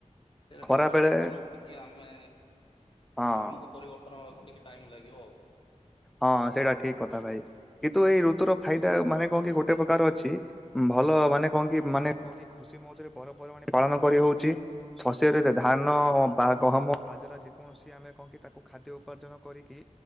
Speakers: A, on the left (about 45°); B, in the centre.
A: ସେଟା
B: ଖରା
A: ଟିକେ ପରିବର୍ତ୍ତନକୁ
B: ବେଳେ
A: ଟିକେ ଆମେ
B: ହଁ
A: ଆମକୁ ପରିବର୍ତ୍ତନ ହେବାକୁ ଟିକେ ଟାଇମ୍ ଲାଗିବ ଆଉ।
B: ହଁ ସେଇଟା ଠିକ କଥା ଭାଇ କିନ୍ତୁ ଏଇ ଋତୁର ଫାଇଦା ମାନେ କଣ କି ଗୋଟେ ପ୍ରକାର ଅଛି ଭଲ ମାନେ କଣ କି ମାନେ କଣ କି ଖୁସି ମଉଜରେ ପର୍ବପର୍ବାଣି ପାଳନ କରି ହଉଛି। ଶସ୍ୟ ରେ ଧାନ ବା ଗହମ ବାଜରା ଯେକୌଣସି ଆମେ କଣ କି ତାକୁ ଖାଦ୍ୟ ଉପାର୍ଜନ କରିକି